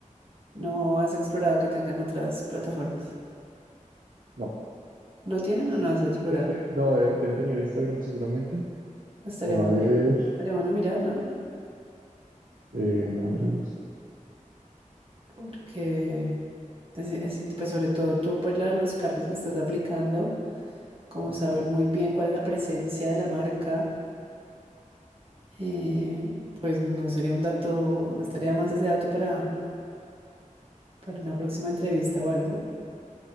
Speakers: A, on the right; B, on the right.
A: No has explorado que tengan otras plataformas.
B: no.
A: ¿No tienen o no has explorado?
B: De- de- no, deben, deben tener Instagram seguramente.
A: Estaría
B: Ven
A: bueno,
B: a ver.
A: estaría bueno mirar, ¿no?
B: Ven a ver. los-
A: Porque es, es in- pues sobre todo tú, por la- los cargos que estás aplicando. como saber muy bien cuál es la presencia de la marca, eh, pues no sería un dato, no estaría de más ese dato para, para una próxima entrevista o algo.